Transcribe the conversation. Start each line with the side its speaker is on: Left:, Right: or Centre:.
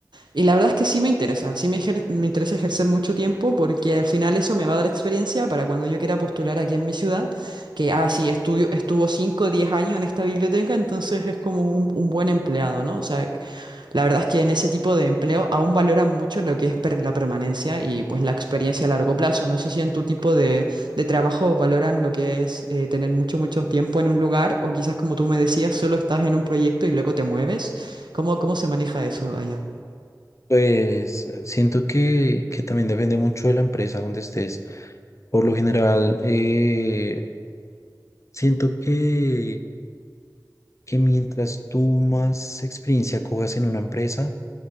Right: Y la verdad es que sí me interesa, sí me, ejer- me interesa ejercer mucho tiempo porque al final eso me va a dar experiencia para cuando yo quiera postular aquí en mi ciudad, que, ah, sí, estudio, estuvo cinco o 10 años en esta biblioteca, entonces es como un, un buen empleado, ¿no? O sea, la verdad es que en ese tipo de empleo aún valoran mucho lo que es per- la permanencia y pues la experiencia a largo plazo. No sé si en tu tipo de, de trabajo valoran lo que es eh, tener mucho, mucho tiempo en un lugar o quizás como tú me decías, solo estás en un proyecto y luego te mueves. ¿Cómo, cómo se maneja eso allá?
Left: Pues eh, siento que, que también depende mucho de la empresa donde estés. Por lo general, eh, siento que, que mientras tú más experiencia cojas en una empresa,